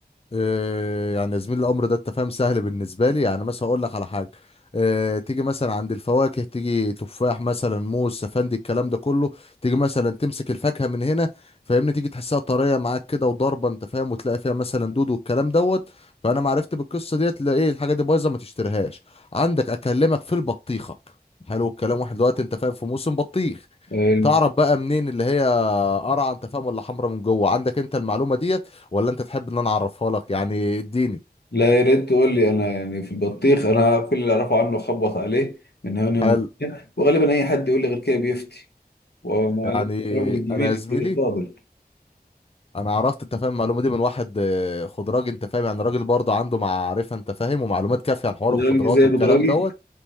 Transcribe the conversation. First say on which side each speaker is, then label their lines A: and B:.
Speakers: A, on the left (about 35°); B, on the left (about 80°).
A: آه، يعني يا زميلي الامر ده انت فاهم سهل بالنسبه لي يعني مثلا اقول لك على حاجه آه، تيجي مثلا عند الفواكه تيجي تفاح مثلا موز سفندي الكلام ده كله تيجي مثلا تمسك الفاكهه من هنا فاهمني تيجي تحسها طريه معاك كده وضربه انت فاهم وتلاقي فيها مثلا دود والكلام دوت فانا ما عرفت بالقصه ديت لا ايه الحاجه دي بايظه ما تشتريهاش عندك اكلمك في البطيخه حلو الكلام واحد دلوقتي انت فاهم في موسم بطيخ
B: حلو.
A: تعرف بقى منين اللي هي قرعه انت فاهم ولا حمرا من جوه عندك انت المعلومه ديت ولا انت تحب ان انا اعرفها لك يعني اديني
B: لا يا ريت تقول لي انا يعني في البطيخ انا كل اللي اعرفه عنه خبط عليه من هنا
A: حلو
B: ومن هنا وغالبا اي حد يقول لي غير كده بيفتي ومع
A: يعني
B: الاحترام الجميل
A: انا يا زميلي
B: كده فاضل
A: انا عرفت انت فاهم المعلومه دي من واحد آه، خضراجي انت فاهم يعني راجل برضه عنده معرفه انت فاهم ومعلومات كافيه عن حوار
B: بدراجي
A: الخضروات
B: دي زي
A: والكلام
B: بدراجي
A: دوت